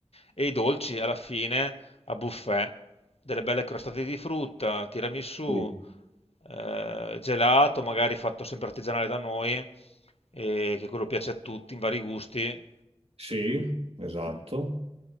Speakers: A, on the left; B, on the right.
A: e i dolci alla fine a buffet, delle belle crostate di frutta, tiramisù,
B: Sì,
A: eh, gelato, magari fatto sempre artigianale da noi, e che quello piace a tutti in vari gusti.
B: Sì, esatto.